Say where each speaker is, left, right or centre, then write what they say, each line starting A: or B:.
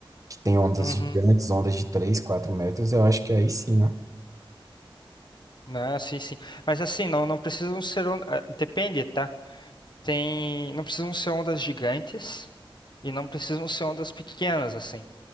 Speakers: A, on the right; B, on the left.
A: que tem ondas
B: uhum,
A: gigantes, ondas de 3, 4 metros, eu acho que aí sim, né?
B: né, sim, sim. Mas assim, não, não precisam ser, un- eh, depende, tá? tem, não precisam ser ondas gigantes e não precisam ser ondas pequenas, assim.